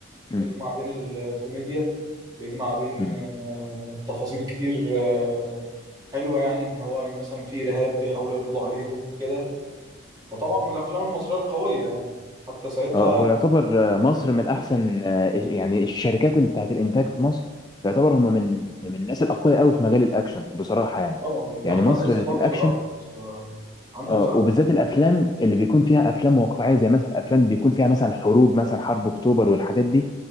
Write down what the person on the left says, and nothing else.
مم.
مم.
آه، هو يعتبر آه، مصر من احسن آه، يعني الشركات اللي بتاعت الانتاج في مصر يعتبر هم من من الناس الاقوياء قوي في مجال الاكشن بصراحه يعني
يعني مصر
في الاكشن
آه، وبالذات الافلام اللي بيكون فيها افلام واقعيه زي مثلا افلام بيكون فيها مثلا حروب مثلا حرب اكتوبر والحاجات دي